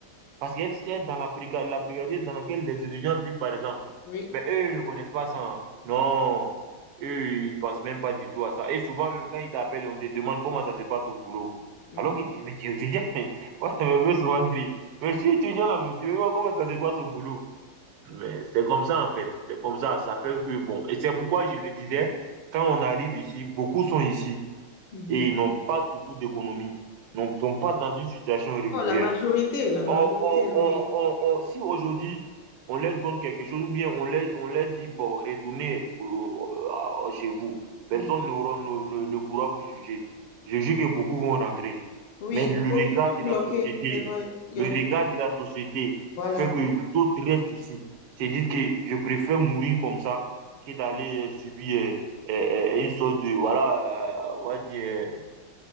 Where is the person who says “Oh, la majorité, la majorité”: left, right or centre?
Left